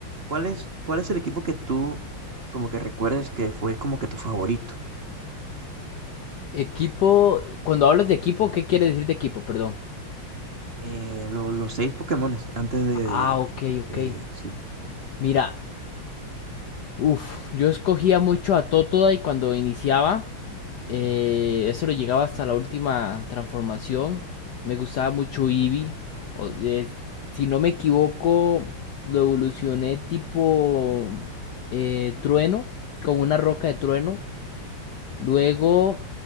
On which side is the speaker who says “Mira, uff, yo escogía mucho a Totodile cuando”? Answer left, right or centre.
Left